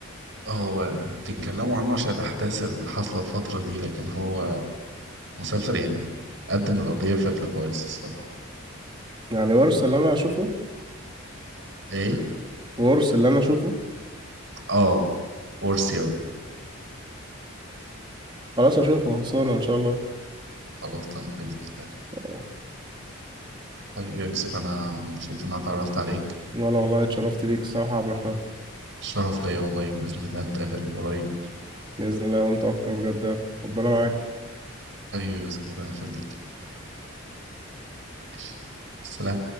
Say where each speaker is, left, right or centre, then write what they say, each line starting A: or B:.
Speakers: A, on the right; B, on the right.
A: هو بيتكلموا عنه عشان الأحداث اللي حاصلة الفترة دي لكن هو مسلسل يعني قدم القضية بشكل كويس الصراحة
B: يعني ورث اللي انا اشوفه
A: ايه
B: ورث اللي انا اشوفه
A: اه ورثي اوي
B: خلاص اشوفه خلصانة ان شاء الله
A: خلاص تمام بإذن الله
B: آه،
A: حبيبي يا يوسف أنا مبسوط إن أنا اتعرفت عليك
B: انا والله اتشرفت بيك الصراحة يا عبد الرحمن
A: الشرف ليا والله وبإذن الله نتقابل قريب
B: بإذن الله وانت اكتر بجد يعني. ربنا معاك
A: حبيبي يا يوسف ربنا يخليك ماشي. السلام